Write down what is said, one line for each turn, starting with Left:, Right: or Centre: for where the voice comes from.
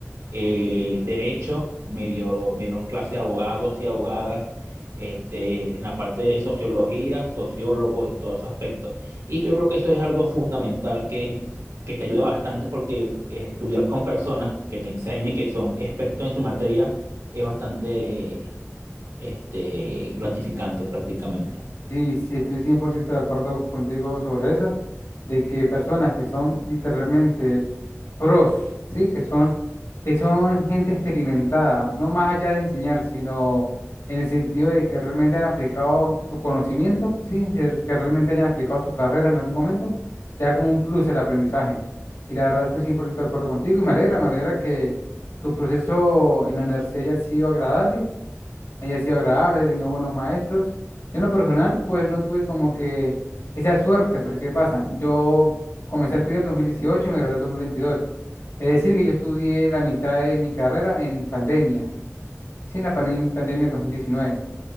Right: eh, derecho, me dio, me dieron clases abogados y abogadas, este, en la parte de sociología, sociólogos y todos esos aspectos. Y yo creo que eso es algo fundamental que, que te ayuda bastante porque eh, estudiar con personas que te enseñen, que son expertos en su materia, es bastante este, gratificante prácticamente.
Left: Sí, sí, estoy 100% de acuerdo contigo sobre eso, de que personas que son literalmente pros, ¿sí? Que son, que son gente experimentada, no más allá de enseñar, sino en el sentido de que realmente han aplicado su conocimiento, ¿sí? de Que realmente hayan aplicado su carrera en algún momento, te da como un plus el aprendizaje. Y la verdad estoy 100% de acuerdo contigo y me alegra, me alegra que tu proceso en la universidad haya sido agradable haya sido agradable, haya tenido buenos maestros. Yo en lo personal, pues no tuve como que esa suerte, porque ¿qué pasa? Yo comencé a estudiar en 2018 y me gradué en 2022. Es decir, que yo estudié la mitad de mi carrera en pandemia, sí, en la pandem- pandemia del 2019.